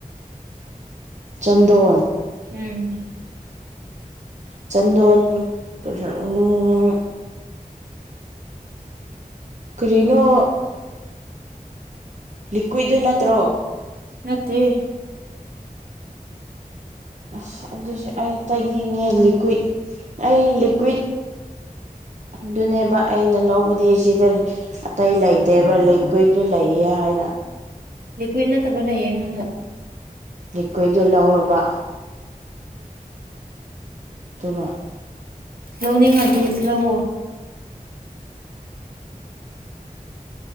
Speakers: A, on the right (about 55°); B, on the right (about 80°).
A: ꯆꯟꯗꯣꯟ꯫
B: ꯎꯝ꯫
A: ꯆꯟꯗꯣꯟ ꯎꯝ ꯀꯔꯤꯅꯣ꯫ ꯂꯤꯀ꯭ꯋꯤꯗꯨ ꯅꯠꯇ꯭ꯔꯣ꯫
B: ꯅꯠꯇꯦ꯫
A: ꯑꯁ ꯑꯗꯨꯁꯦ ꯑꯩ ꯇꯩꯅꯤꯡꯉꯦ ꯂꯤꯀ꯭ꯋꯤꯠ ꯑꯩ ꯂꯤꯀ꯭ꯋꯤꯠ꯫ ꯑꯗꯨꯅꯦꯕ ꯑꯩꯅ ꯂꯧꯕꯗꯤ ꯁꯤꯗ ꯑꯇꯩ ꯂꯩꯇꯦꯕ ꯂꯤꯀ꯭ꯋꯤꯠꯗꯨ ꯂꯩꯌꯦ ꯍꯥꯏꯅ꯫
B: ꯂꯤꯀꯨꯋꯤꯠ ꯅꯠꯇꯥꯕ ꯂꯩꯌꯦ ꯑꯩꯉꯣꯟ꯫
A: ꯂꯤꯀꯨꯋꯤꯠꯗꯣ ꯂꯧꯔꯕꯥ ꯑꯗꯨꯅ
B: ꯂꯧꯅꯤꯡꯉꯥꯗꯤ ꯂꯧꯑꯣ꯫